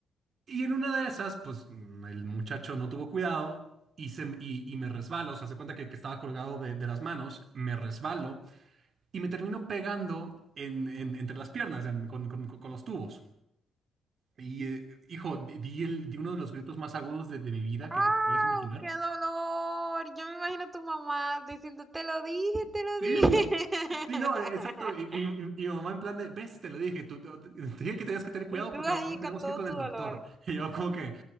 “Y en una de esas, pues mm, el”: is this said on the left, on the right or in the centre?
Right